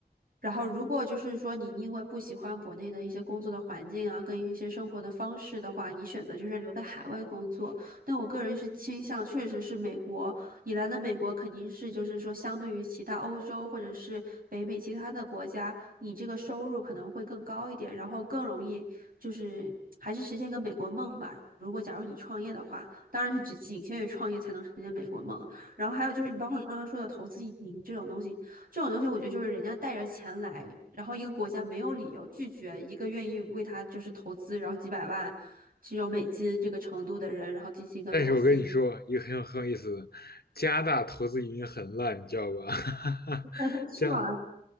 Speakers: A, on the right; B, on the left.
A: 然后，如果就是说你因为不喜欢国内的一些工作的环境啊，跟一些生活的方式的话，你选择就是留在海外工作。但我个人是倾向，确实是美国，你来了美国肯定是就是说，相对于其他欧洲或者是北美其他的国家，你这个收入可能会更高一点，然后更容易就是还是实现一个美国梦吧。如果假如你创业的话，当然是只仅限于创业才能实现美国梦。然后还有就是你包括你刚刚说的投资移民这种东西，这种东西我觉得就是人家带着钱来，然后一个国家没有理由拒绝一个愿意为他就是投资，然后几百万。只有美金这个程度的人，然后进行一个投资移民。
B: 但是我跟你说一个很有很有意思的，加拿大投资移民很烂，你知道吧？<laughs>
A: <laughs> 是啊，
B: 加